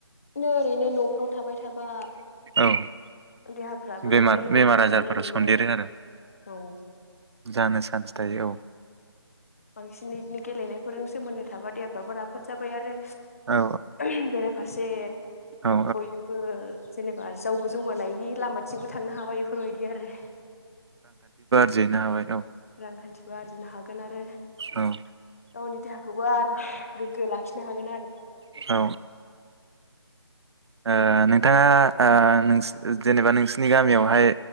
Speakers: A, on the left; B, on the right.
A: नै ओरैनो न'फ्राव थाबाय थाबा
B: औ
A: देहाफ्राबो
B: बेमार
A: लोरबां
B: बेमार
A: जालाङो
B: आजारफोरा
A: ओरैनो
B: सन्देरो
A: औ।
B: आरो जानो चान्स थायो
A: बांसिन गेलेनायफोरजों सोमोन्दो थाबा देहाफ्राबो राफोद जाबाय आरो
B: औ औ
A: ओहम बेराफारसे
B: औ
A: बयजोंबो जेन'बा जावबो जौगानायनि लामाथिंबो थांनो हाबाय बेफोरबायदि आरो
B: जैनो हाबाय औ।
A: रांखान्थिबो आरजिनो हागोन आरो गावनि
B: औ
A: देहाखौबो आरो गोग्गो लाखिनो हागोन आरो।
B: औ ओ नोंथाङा ओ नोंसि जेनेबा नोंसिनि गामियावहाय